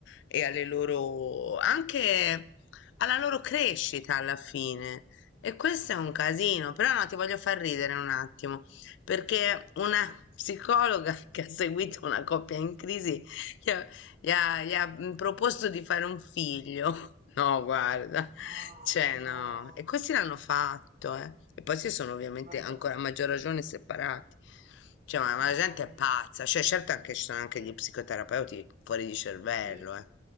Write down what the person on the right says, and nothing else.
No,
no,
ma
poi-
mamma
mia.
Sì.
Sì.